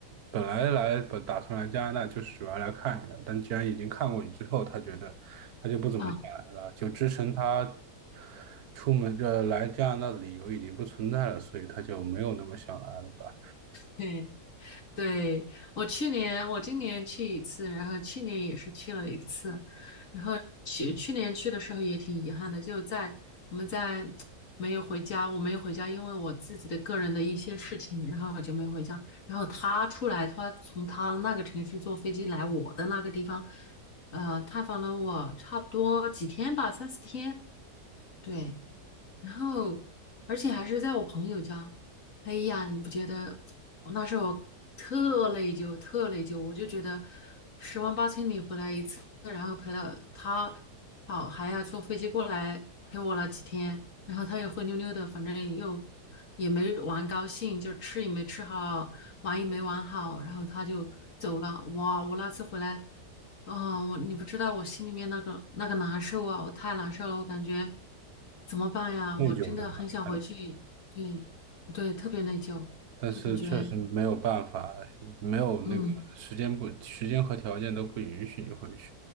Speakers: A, on the right (about 65°); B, on the left (about 50°).
A: 本来来本打算来加拿大就是主要来看你的，但既然已经看过你之后，她觉得她就不怎么想来了，
B: 啊。
A: 就支撑她出门这来加拿大的理由已经不存在了，所以她就没有那么想来了吧，
B: 对，对，我去年，我今年去一次，然后去年也是去了一次。去去年去的时候也挺遗憾的，就在我们在没有回家，我没有回家，因为我自己的个人的一些事情，然后我就没有回家。然后他出来，他从他那个城市坐飞机来我的那个地方，呃，探访了我差不多几天吧，三四天。对，然后而且还是在我朋友家。哎呀，你不觉得？那时候我特内疚，特内疚，我就觉得十万八千里回来一次，然后陪了他跑，还要坐飞机过来陪我了几天，然后他又灰溜溜的，反正又也没玩高兴，就吃也没吃好，玩也没玩好，然后他就走了。哇，我那次回来。哦，我你不知道我心里面那个那个难受啊，我太难受了，我感觉怎么办呀？
A: 内疚对吧？
B: 我真的很想回去，
A: 嗯，
B: 对对，特别内疚，
A: 但是确实没有办法，
B: 就感觉
A: 没有那个时间不时间和条件都不允许你回去，
B: 嗯，